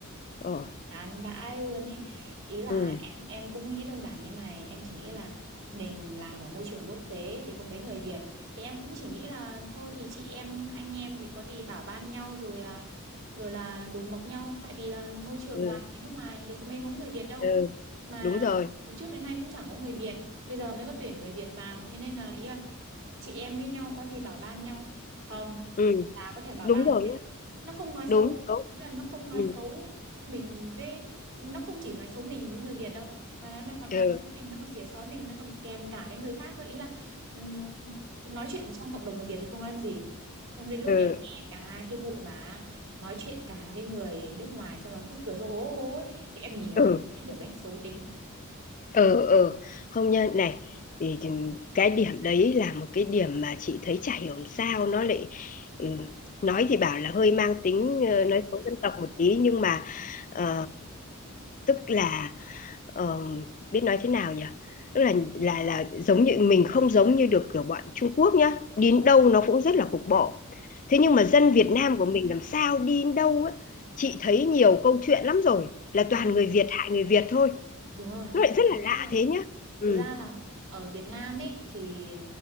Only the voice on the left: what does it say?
ờ
ừ
ừ,
ừ
đúng rồi.
Ừ
đúng
rồi nhá.
Đúng đúng.
Ừ
ừ
ừ
ừ
ừ ừ không nha này thì thì cái điểm đấy là một cái điểm mà chị thấy chả hiểu làm sao nó lại ừ, nói thì bảo là hơi mang tính ờ, nói xấu dân tộc một tí nhưng mà ờ, tức là ờ, biết nói thế nào nhỉ tức là là là giống như mình không giống như được kiểu bọn Trung Quốc nhá đi đến đâu nó cũng rất là cục bộ thế nhưng mà dân
Việt Nam của mình làm sao đi đến đâu á chị thấy nhiều câu chuyện lắm rồi là toàn
người Việt hại người Việt thôi
nó lại rất
là
lạ
thế nhá ừ